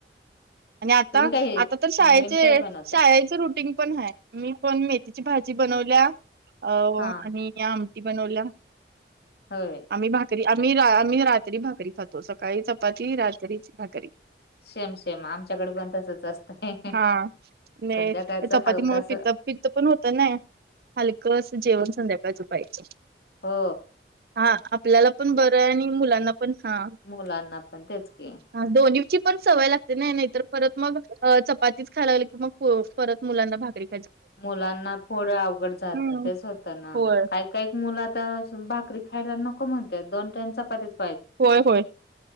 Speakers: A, on the right; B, on the left.
A: आणि आता
B: तुम्ही काय
A: आता तर शाळेचे
B: नवीन काय बनवता
A: शाळेचे रुट. पण ह मी पण मेथीची भाजी बनवल्या अ
B: हा
A: आणि या आमटी बनवला.
B: होय.
A: आम्ही भाकरी आम्ही रा आम्ही रात्री भाकरी खातो सकाळी चपाती रात्रीच भाकरी
B: सेम सेम आमच्याकडे पण तसच असतंय
A: हा म
B: संध्याकाळच
A: चपातीमुळे
B: हलकं असं
A: प पत पण होत. तर नाही हलकं अस जेवण संध्याकाजू पायचं.
B: हा.
A: हा आपल्याला पण बरं आहे आणि मुलांना पण हा.
B: मुलांना पण तेच की
A: ह दोन दिवशी पण सवय लागते. नाही नाही तर परत मग चपातीच खाय लागली कि मग परत मुलांना भागरी
B: मुलांना फोड अवघड जातं
A: हम्म.
B: तेच होतं ना
A: होय
B: काय? काही एक मुलं आता बाकरी खायला नको म्हणते दोन टान चपातीत
A: होय होय.